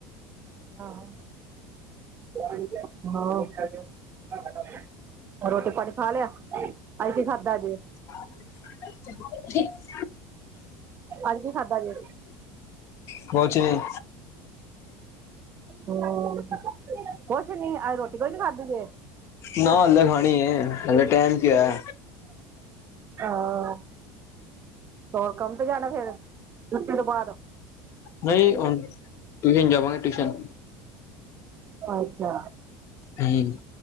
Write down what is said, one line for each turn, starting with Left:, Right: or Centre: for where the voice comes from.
Right: ਹਾਂ ਹਾਂ <unintelligible> ਰੋਟੀ- ਪਾਣੀ ਖਾ ਲਿਆ। ਅਜ ਕੀ ਖਾਧਾ ਜੇ।
Left: <unintelligible>
Right: ਅੱਜ ਕੀ ਖਾਧਾ ਜੇ।
Left: ਕੁਝ ਨੀ।
Right: ਹੂੰ, ਕੁੱਛ ਨੀ, ਅਜ ਰੋਟੀ ਕੋਈ ਨੀ ਖਾਧੀ ਜੇ।
Left: ਨਾ ਹਲੇੇ, ਖਣੀ ਏ। ਹਾਲੇ ਟਾਈਮ ਕਿ ਹੋਆ।
Right: ਆਹ, ਹੋਰ ਕਮ ਤੇ ਜਾਣਾ ਫੇਰ? ਛੁੱਟੀ ਤੋਂ ਬਾਅਦ।
Left: ਨਹੀਂ। ਹੁਣ ਟਿਊਸ਼ਨ ਜਾਵਾਂਗੇ, ਟਿਊਸ਼ਨ।
Right: ਅੱਛਾ,
Left: ਹਮ <inaudible>